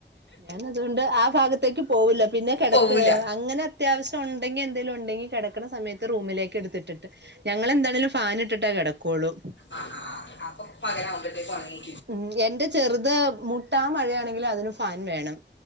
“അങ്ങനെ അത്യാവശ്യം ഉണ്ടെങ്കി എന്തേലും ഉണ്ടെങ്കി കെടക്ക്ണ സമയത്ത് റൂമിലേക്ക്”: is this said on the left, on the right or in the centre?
Right